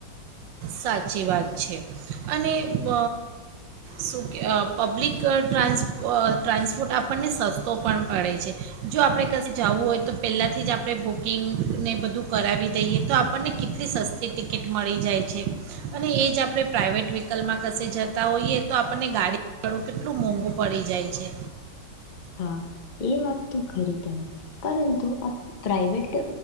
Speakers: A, on the right (about 75°); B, on the left (about 65°).
A: સાચી વાત છે અને મ શું કેઅ પબ્લિક ટ્રાન્સ પ ટ્રાન્સપોર્ટ આપણને સસ્તો પણ પડે છે જો આપણે કશ જવું હોય તો પહેલાંથી જ આપણે બુકિંગને બધું કરાવી દઈએ તો આપણને કેટલી સસ્તી ટિકિટ મળી જાય છે અને એ જ આપણે પ્રાઈવેટ વ્હીકલમાં કસે જતા હોઈએ તો આપણને ગાડીળું કેટલું મોંઘુ પડી જાય છે
B: હા એ વાત તો ખરી તમે પરંતુ આ પ્રાઈવેટ